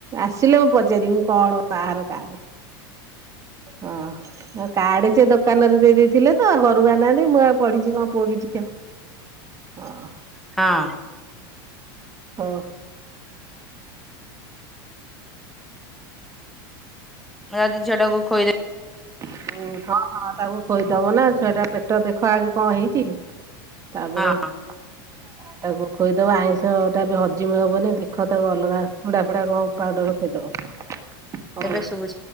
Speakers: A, on the right (about 25°); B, in the centre.
A: ଆସିଲେ ମୁଁ ପଚାରିବି କଣ ବାହାର କାର ହଁ। ହଁ କାର୍ଡେ ସେ ଦୋକାନ ରେ ଦେଇ ଦେଇଥିଲେ ତ ଘରକୁ ଆଣିନାହାନ୍ତି ମୁଁ ଆଉ ପଢିଚି କଣ ପୁଅ କି ଝିଅ। ଅ-
B: ହଁ।
A: ଓ।
B: ମୁଁ ଯାଉଚି ଝିଅଟାକୁ ଖୋଇଦେବି।
A: ହୁଁ-ହଁ- ହଁ ତାକୁ ଖୋଇଦବ ନା ଛୁଆ ଟା ପେଟ ଦେଖ ଆଗେ କଣ ହେଇଚି କି? ତାପରେ
B: ହଁ।
A: ତାକୁ ଖୋଇଦବ ଆଇଁଷ ଟା ବି ହଜିମ ହବନି ଦେଖ ତାକୁ ଅଲଗା ଚୁଡା ଫୁଡା କଣ ପାଉଡର ଖୋଇଦବ। ହଉ।
B: ଏବେ ଶୁଭୁଛି।